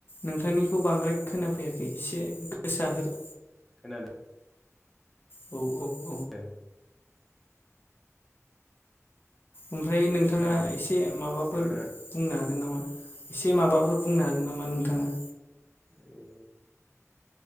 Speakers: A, on the left; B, in the centre.
A: नोंथांनिखौ बांद्राय खोनाफैयाखै एसे गोसा होन।
B: खोनादों।
A: औ औ।
B: दों
A: ओमफ्राय नोंथाङा
B: खोनादों
A: एसे माबाफोर
B: एबार
A: बुंनो हागोन नामा? एसे माबाफोर बुंनो हागोन नामा नोंथाङा?
B: खोनादों